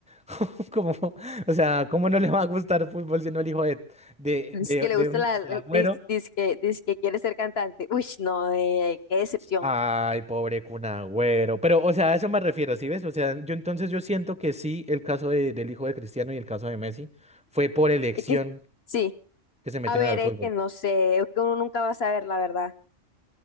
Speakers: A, in the centre; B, on the left.
A: <laughs> Como, o sea, ¿cómo no le va a gustar fútbol siendo el hijo de, de,
B: Dice
A: de,
B: que le
A: de
B: gusta
A: un
B: la, el-
A: de Agüero?
B: dice, dice que, dice que quiere ser cantante. Uy, no, eh, qué decepción.
A: Ay, pobre Kun Agüero. Pero, o sea, a eso me refiero, ¿sí ves? O sea, yo entonces yo siento que sí, el caso de- del hijo de Cristiano y el caso de Messi fue por elección
B: Es que sí.
A: que se metieron
B: A ver,
A: al
B: es
A: fútbol.
B: que no sé, es que uno nunca va a saber la verdad.